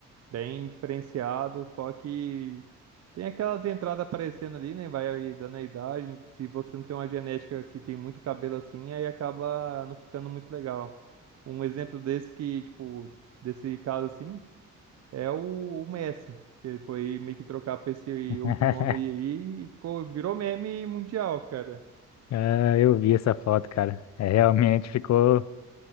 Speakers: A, on the right (about 60°); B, on the left (about 60°).
A: bem diferenciado, só que tem aquelas entradas aparecendo ali, né? Vai aí dando a idade, se você não tem uma genética que tem muito cabelo assim, aí acaba não ficando muito legal. Um exemplo desse que, tipo, desse caso assim, é o, o Messi. Ele foi meio que trocar pra esse
B: <laughs>
A: Old Money aí e ficou, virou meme mundial, cara.
B: Ah, eu vi essa foto, cara. É, realmente ficou